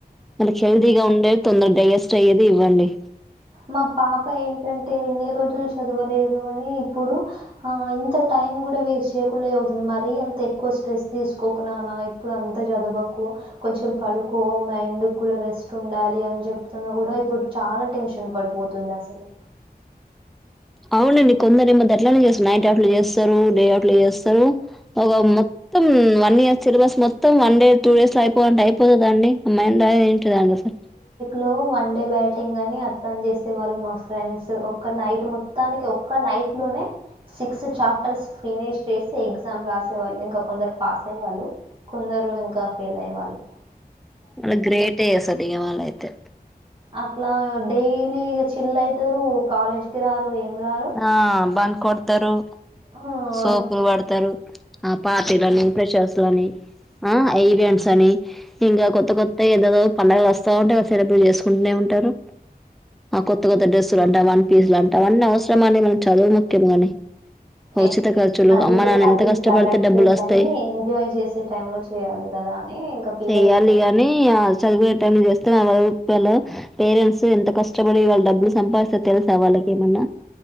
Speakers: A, in the centre; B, on the right.
A: వాళ్ళకు హెల్దీ గా ఉండేవి తొందరగా డైజెస్ స్ట్ అయ్యేది ఇవ్వండి
B: మా పాప ఏంటంటే ఎన్ని రోజులు చదవలేదు కాని ఇప్పుడు ఆ ఇంత టైం కూడా వేస్ట్ చేయకుండా చవుతుంది. మరీ అంత ఎక్కువ స్ట్రెస్ తీసుకోకు నాన్నా, ఇప్పుడు అంత చదవకు కొంచెం పడుకో మైండ్ కు కూడా రెస్ట్ ఉండాలి అని చెప్తున్నా కూడా ఇప్పుడు చాలా టెన్షన్ పడిపోతుంది అసలు
A: అవునండి కొందరేమో గట్లనే చేస్తారు నైట్ అవుట్లు చేస్తారు డే అవుట్లు చేస్తారు ఒక మొత్తం వన్ ఇయర్ సిలబస్ మొత్తం వన్ డే టూ డేస్ లో అయిపోవాలంటే అయిపోతదా అండి అ మైండా ఎంటి దండి అసలు
B: లో వన్ డే బ్యాటింగ్ అని అట్లని చేసే వాళ్ళు మా ఫ్రెండ్స్. ఒక్క నైట్ మొత్తానికి ఒక్క నైట్ లోనే సిక్స్ చాప్టర్స్ ఫినిష్ చేసి ఎగ్జామ్ రాసేవాళ్ళు ఇంకా కొందరు పాస్ అయ్యే వాళ్ళు. కొందరు ఇంకా ఫెయిల్ అయ్యే వాళ్ళు.
A: వాళ్ళు గ్రేటే అసలు ఇగ వాళ్ళయితే
B: అట్లా డైలీ ఇగ చిల్ అయితారు కాలేజ్ కి రారు ఏం రారు.
A: ఆ బంక్ కొడతారు
B: ఆహ్,
A: సోకులు పడుతరు ఆ పార్టీలని ఫ్రెషర్స్ లని ఆ-ఆ ఈవెంట్స్ అని ఇంకా కొత్త కొత్త ఏదేదో పండుగలు వస్తా ఉంటాయి సెలబ్రేట్ చేసుకుంటూనే ఉంటారు ఆ కొత్త కొత్త డ్రెస్సులు అంటా వన్ పీస్ లు అంటా అవన్నీ అవసరమా అండి మనకు చదువు ముఖ్యం గాని
B: ఏ
A: ఉచిత ఖర్చులు
B: అది
A: అమ్మ నాన్న
B: అది
A: ఎంత కష్టపడితే
B: కరెక్టే
A: డబ్బులు వస్తాయి
B: కాని ఎంజాయ్ చేసే టైమ్ లో చేయాలి కదా అని ఇంకా పిల్లలు
A: చెయ్యలి
B: వినరు.
A: గాని ఆ చదువుకునే టైమ్ లనే చేస్తే నడువదు లో పేరెంట్స్ ఎంత కష్ కష్టపడి వాళ్ళ డబ్బులు సంపాదిస్తే తెలుస వాళ్ళకి ఏమన్నా